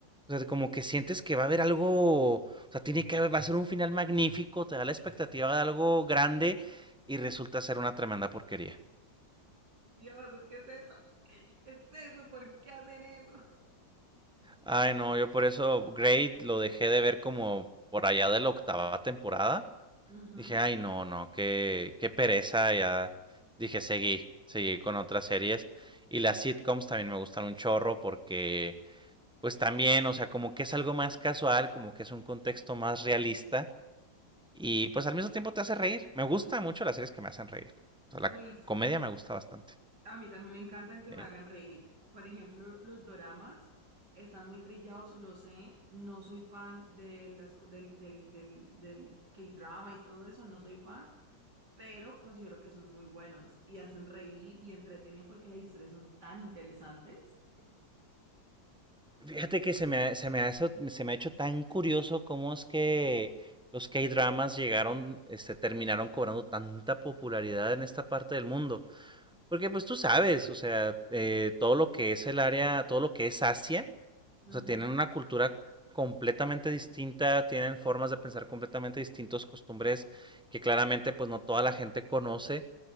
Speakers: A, in the centre; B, on the right.
A: o sea, como que sientes que va a haber algo, o sea, tiene que haber, va a ser un final magnífico, te da la expectativa de algo grande y resulta ser una tremenda porquería.
B: Dios, es que es eso. Es eso, ¿por qué hacen eso?
A: Ay, no, yo por eso Grey lo dejé de ver como por allá de la octava temporada.
B: Ujú.
A: Dije, ay, no, no, qué, qué pereza, ya. Dije, seguí, seguí con otras series. Y las sitcoms también me gustan un chorro porque pues también, o sea, como que es algo más casual, como que es un contexto más realista y pues al mismo tiempo te hace reír. Me gustan mucho las series que me hacen reír. O sea, la
B: Uy, sí.
A: comedia me gusta bastante.
B: A mí también me encantan que
A: ¿sí?
B: me hagan reír. Por ejemplo, los doramas están muy trillados, lo sé. No soy fan de las, co- del, del, del, del K-drama y todo eso, no soy fan, pero considero que son muy buenos y hacen reír y entretienen porque las historias son tan interesantes.
A: Fíjate que se me, ha- se, me ha, hecho- se me ha hecho tan curioso cómo es que los K-dramas llegaron, este, terminaron cobrando tanta popularidad en esta parte del mundo. Porque pues tú sabes, o sea, eh, todo lo que es el área, todo lo que es Asia, o
B: Ujú.
A: sea, tienen una cultura completamente distinta, tienen formas de pensar completamente distintos, costumbres que claramente pues no toda la gente conoce.